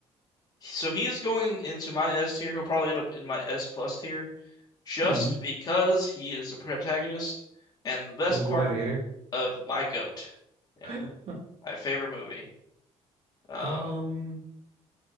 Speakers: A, on the left; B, on the right.
A: so he is going into my S tier. He'll probably end up in my S plus tier just
B: hmm
A: because he is a protagonist and the best
B: Of Gladiator.
A: part of my goat. Yeah,
B: <laughs>
A: my favorite movie. Um,
B: Um.